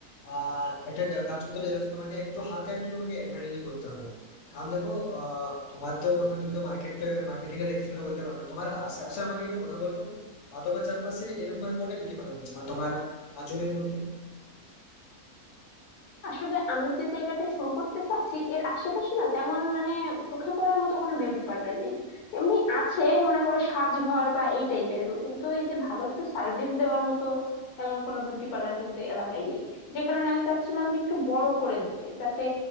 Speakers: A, on the left (about 60°); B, on the left (about 80°).
A: আহ একটা কাজ করতে হবে যেটা হচ্ছে তোমাকে একটু হালকা একটু তোমাকে অ্যাডভার্টাইজিং করতে হবে কারণ দেখো আহ, তোমার তো প্রথমে তুমি তো মার্কেট মার্কেটিংটা দেখেছো কিনা বলতে পারবো না তোমার আশেপাশে আমাকে একটা কথা বলো তো আহ, তোমার চারপাশে এরকম আর কটা বিউটি পার্লার রয়েছে মানে তোমার আহ, জনের মধ্যে
B: আসলে আমি যে জায়গাটায় শুরু করতে চাচ্ছি এর আশেপাশে না তেমন মানে চোখে পড়ার মতো কোনো বিউটি পার্লার নেই এমনি আছে মনে করো সাজঘর বা এই টাইপের কিন্তু এই যে ভালো একটু সার্ভিস দেওয়ার মতো তেমন কোনো বিউটি পার্লার কিন্তু এলাকায় নেই যে কারণে আমি চাচ্ছিলাম যে একটু বড় করে দিতে যাতে